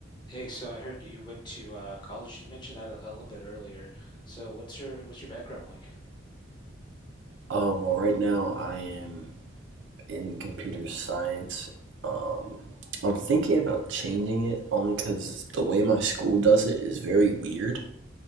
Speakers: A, on the left; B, on the right.
A: Hey, so I heard you went to uh, college. You mentioned that a, a little bit earlier. So what's your what's your background like?
B: Oh, well, right now I am in computer science. Um, I'm thinking about changing it only because the way my school does it is very weird.